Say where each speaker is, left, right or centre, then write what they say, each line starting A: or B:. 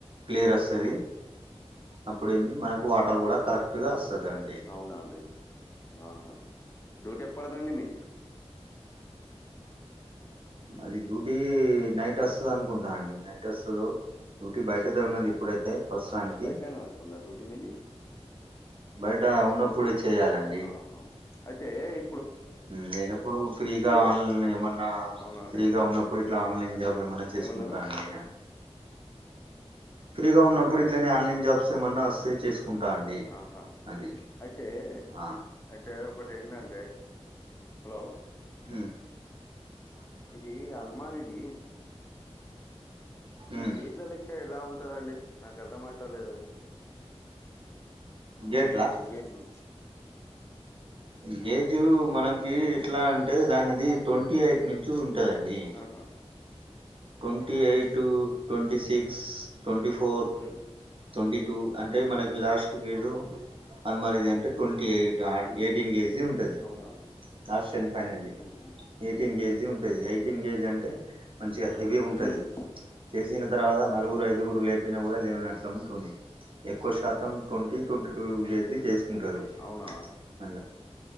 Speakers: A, on the right; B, on the left.
A: క్లియర్ వస్తది
B: ఉమ్
A: అప్పుడు ఏంది మనకు వాటర్ కూడా కరెక్ట్గా వస్తదండి
B: అవునా ఆహా డ్యూటీ ఎప్పాడ కదండి మీది
A: అది డ్యూటీ నైట్ వస్తది అనుకుంటా అండి నైట్ వస్తదో డ్యూటీ బయటదే ఉన్నది ఇప్పుడైతే ప్రస్తుతానికి
B: బయటనే నడుస్తుంద డ్యూటీ మీది
A: బయట ఉన్న ఇప్పుడు చేయాలండి
B: ఆహా అయితే ఇ
A: లేనప్పుడు ఫ్రీగా ఆన్లైన్ ఏమన్నా
B: అవునండి
A: ఫ్రీగా ఉన్నప్పుడు ఇట్లా ఆన్లైన్ జాబ్ ఏమైనా చేసుకుంటా
B: ఏమన్నారు
A: అండి ఫ్రీగా ఉన్నప్పుడు ఇట్లనే ఆన్లైన్ జాబ్స్ ఏమన్నా వస్తే చేసుకుంటా అండి
B: ఆహా
A: అది
B: అయితే
A: ఆ
B: అయితే ఒకటి ఏంటంటే హలో
A: హ్మ్
B: ఇది అల్మార్ ఇది ఈ
A: ఉమ్
B: గేట్ల లెక్క ఎలా ఉంటదండి నాకు అర్థం అయితలేదు అది
A: గేట్లా
B: గెట్లు గెట్లు
A: గేట్లు మనకి ఎట్లా అంటే దానిది ట్వంటీ ఎయిట్ నుంచి ఉంటదండి
B: ఆహా
A: twenty eight, twenty six, twenty four
B: ఉమ్
A: ట్వంటీ టూ అంటే మనకి లాస్ట్ గేటు అల్మరిది అంటే ట్వంటీ యాయిట్ యాయిటీన్ కేజీ ఉంటది
B: అవునా
A: లాస్ట్ అండ్ ఫైనల్
B: ఉహు
A: ఎయిటీన్ కేజీ ఉంటది ఎయిటీన్ కేజీ అన్ మంచిగా హెవీ ఉంటది
B: ఉమ్
A: చేసిన తర్వాత నలుగురు ఐదుగురు లేపినా కూడా లేవనట్ ఇట్లా ఉంటుంది ఎక్కువ శాతం ట్వంటీ, ట్వంటీ టూ కేజీ చేసుకుంటారు.
B: అవునా
A: అట్లా